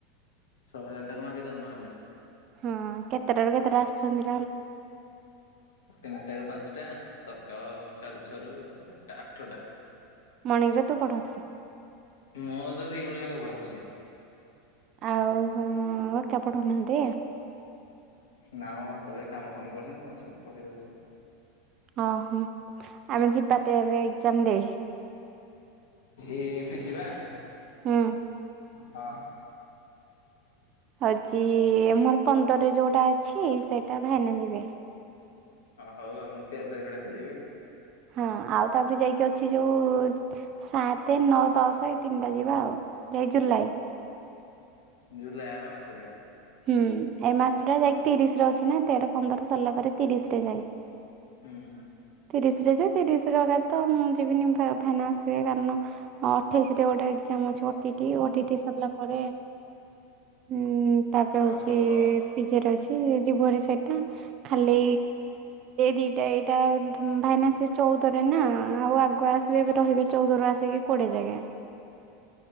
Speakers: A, on the left; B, on the right.
A: ଛଅ ହଜାର ତାକୁ ମାଗି ଦବ ନ ହେଲେ
B: ହଁ କେତେଟାରୁ କେତେଟା ଆସୁଛନ୍ତି ।
A: ତିନିଟା ର ପାଞ୍ଚଟା ସକାଳ ସାଢେ ଛଅ ରୁ ଆଠଟା ଆଠଟା
B: ମର୍ଣ୍ଣିଂ ରେ ତୁ ପଢଉଥିବୁ
A: । <inaudible> ମୋ ତ ଦିଇଭଳିଆ ବଢାଉଛି
B: ଆଉହୋ କେ ପଡ଼ ନାଦ
A: ନା ମୋ ବାପା ଦହି କାମ ଫାମ କରୁଛନ୍ତି ମୁଁ ଛିି କଲି ପଠେଇ ଦଉଛି ।
B: ଓ ହୋ ଆମେ ଯିବା ତେର ଏଜାମ ଦେ
A: ଏଇ ଫି ଯିବା
B: ହୁଁ ।
A: ହଁ ।
B: ହଉଛି ମୋର ପନ୍ଦରରେ ଯୋଉଟା ଅଛି ସେଇଟା ଭାଇନା ଯିବେ ।
A: ହଁ ହଉ ହଉ ମୁଁ ତିରିି ତାରିଖଡା ଖେଲିଯିବି ।
B: ହଁ ଆଉ ତାପରେ ଯାଇକି ଅଛି ଯୋଉ ସାତ ନଅ ଦଶ ଏଇ ତିନିଟା ଯିବା ଆଉ ଯାଇକି ଜୁଲାଇ ।
A: ଜୁଲାଇ ଆର ମାସରେ ।
B: ହୁଁ ଏ ମାସ ଟା ଯାଇକି ତିରିଶ ରେ ଅଛି ନା ତେର ପନ୍ଦର ସରିଲା ପରେ ତିରିଶ ରେ ଯାଇ
A: ହୁଁ ।
B: ତିରିଶଗ ତ ମୁଁ ଯିବିନି ଫାଇସ କାରଣ ଅଠେଇଶରେ ଗୋଟେ ଏକ୍କଜାମ ଅଛି ଟି ଓଟିଟି ସରିଲା ପରେ ହୁଁ। ତାପରେ
A: ହଁ
B: ହଉଛି
A: ହଉ ଆଉ
B: ପିଜ୍ଜା ରହିଛି। ଯିବରେ ସେଟା ଖାଲି ଦିଟା ଏଇଟା ଭାଇନା ସେ ଚଉଦରେ ନା ଆଉ ଆଗୁ ଆସିବେ ଏବେ ରହିବେ ଚଉଦରୁୁ ଆସିକି କୋଡିଏ ଜାଗେ।